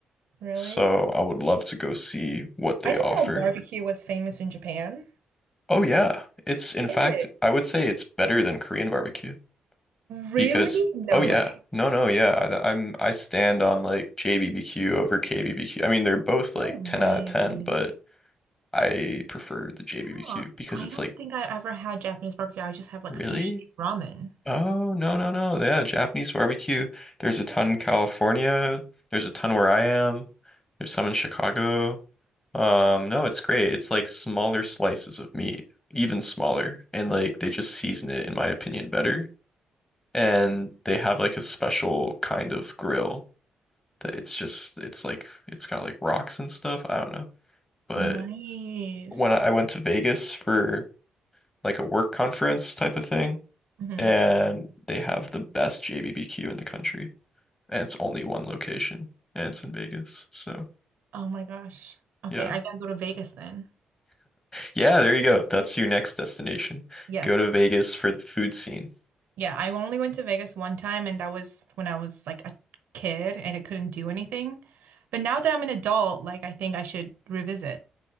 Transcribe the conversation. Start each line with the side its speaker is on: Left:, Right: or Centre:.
Right: Really?
Left: so I would love to go see what they
Right: I didn't
Left: offer.
Right: know barbecue was famous in Japan.
Left: Oh yeah, it's in fact,
Right: Is it?
Left: I would say it's better than Korean barbecue.
Right: Really?
Left: because
Right: No
Left: oh yeah
Right: way.
Left: no no yeah I- I'm I stand on like JBBQ over KBBQ I mean they're both like
Right: No way.
Left: 10 out of 10 but I prefer the JBBQ
Right: Huh.
Left: because
Right: I
Left: it's
Right: don't
Left: like
Right: think I ever had Japanese barbecue. I just have like
Left: really
Right: sushi and ramen.
Left: oh no no no yeah Japanese barbecue there's a ton in California there's a ton where I am there's some in Chicago um no it's great it's like smaller slices of meat even smaller and like they just season it in my opinion better and they have like a special kind of grill that It's just it's like it's got like rocks and stuff. I don't know. But
Right: Nice.
Left: when I I went to Vegas for like a work conference type of thing,
Right: hmm
Left: and they have the best JBBQ in the country, and it's only one location, and it's in Vegas. So
Right: Oh my gosh. Okay,
Left: yeah,
Right: I gotta go to Vegas then.
Left: yeah, there you go. That's your next destination.
Right: Yes.
Left: Go to Vegas for the food scene.
Right: Yeah, I only went to Vegas one time, and that was when I was like a kid and I couldn't do anything. But now that I'm an adult, like I think I should revisit.